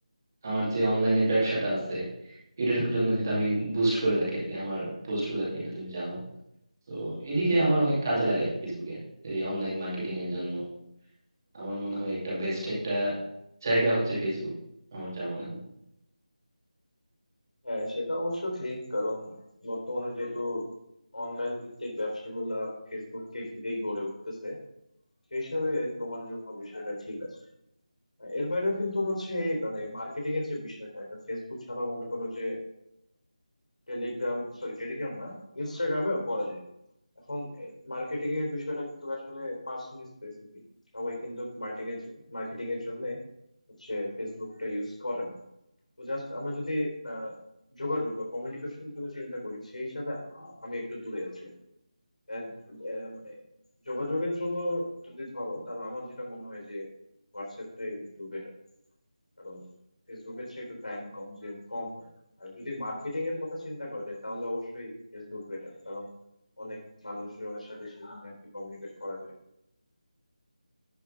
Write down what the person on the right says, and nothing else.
আমার যে অনলাইনে ব্যবসাটা আছে এটার জন্য কিন্তু আমি বুস্ট করে থাকি আর কি আমার পোস্ট গুলাকে এটা তুমি জানো তো এদিকে আমার অনেক কাজে লাগে আর কি ফেসবুকে এই অনলাইন মার্কেটিং এর জন্য আমার মনে হয় একটা বেস্ট একটা জায়গা হচ্ছে ফেসবুক আমার যা মনে হয়